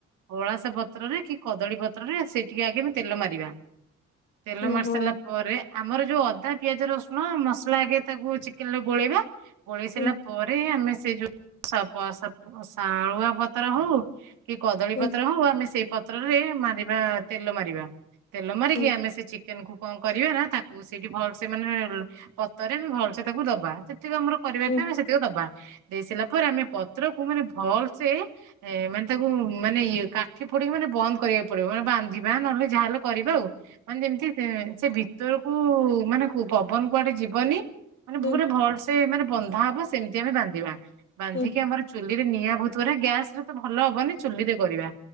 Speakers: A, on the right; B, on the left.
A: ଅଳାସ ପତ୍ର- ରଖି କଦଳୀ ପତ୍ରରେ ସେକିକି ଆଗେ ଆମେ ତେଲ ମାରିବା।
B: <inaudible>
A: ତେଲ
B: ଓହୋ
A: ମାରି ସାରିଲା। ପରେ ଆମର ଯୋଉ ଅଦା ପିଆଜ ରସୁଣ ମସଲା। ଆଗେ ତାକୁ ଚିକେନ ରେ ଗୋଳେଇବା। ଗୋଳେଇ ସାରିଲା
B: ହୁଁ
A: ପରେ ଆମେ ସେ ଯୋଉ ଶାଗୁଆ ପତ ଶଳୁଆ ପତ୍ର ହଉ। କି କଦଳୀ
B: ହୁଁ
A: ପତ୍ର ହଉ ଆମେ ସେଇ ପତ୍ରରେ ମାରିବା ତେଲ ମାରିବା। ତେଲ ମାରିକି
B: ହୁଁ
A: ଆମେ ସେ ଚିକେନକୁ- କଣ କରିବା ନା ତାକୁ ସେଇଠି ଭଲ ସେ ମାନେ ପତରେ ଆମେ ଭଲସେ ତାକୁ ଦବା। ସେତିକ ଆମର ପରିବାର
B: ହୁଁ
A: ଥିବେ ସେତିକି ଦବା। ଦେଇ ସାରିଲା ପରେ ଆମେ ପତ୍ରକୁ ମାନେ ଭଲସେ ମାନେ ତାକୁ ମାନେ ଇ କାଠି ପ- ମାନେ ବନ୍ଦ କରିବାକୁ ପଡିବ ମାନେ ବାନ୍ଧିବା ନହେଲେ ଯାହାହେଲେ କରିବା ଆଉ ମାନେ ଯେମିତି। ସେ ସେ ଭିତରକୁ ମାନେ କୁ ପବନ କୁଆଡେ ଯିବନି ମାନେ
B: ହୁଁ
A: ପୁରା ଭଲସେ ମାନେ ବନ୍ଧା ହବ ସେମିତି ଆମେ ବାନ୍ଧିବା ବାନ୍ଧିକି
B: ହୁଁ
A: ଆମ ଚୁଲି ଚୁଲି ରେ ନିଆଁ ବହୁତ ଗୁରା ଗ୍ୟାସରେ ତ ଭଲ ହବନି ଚୁଲିରେ କରିବା